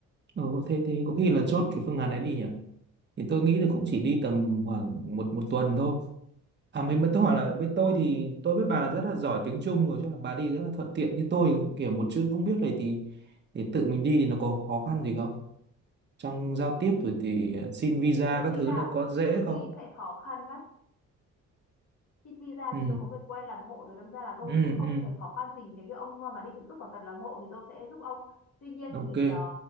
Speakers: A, on the right (about 35°); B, on the left (about 60°).
A: Ừ. thế thế có khi là chốt cái phương án ấy đi nhỉ thì tôi nghĩ là cũng chỉ đi tầm khoảng một một tuần thôi À mới mới tôi hỏi là với tôi thì tôi biết bà là rất là giỏi tiếng Trung rồi chứ là bà đi rất là thuận tiện như tôi kiểu một chữ không biết này thì thì tự mình đi thì nó có khó khăn gì không? Trong giao tiếp rồi thì xin
B: Ừm,
A: visa
B: tôi
A: các
B: nghĩ
A: thứ
B: là
A: nó có dễ
B: tự
A: không?
B: đi sẽ khó khăn đấy xin visa
A: Ừ
B: thì tôi có người quen làm hộ rồi đâm ra là tôi
A: ừ
B: cũng không
A: ừ
B: thể khó khăn gì nếu như ông mà đi tự túc và cần làm hộ thì tôi sẽ giúp ông tuy nhiên
A: ok
B: thì ờ,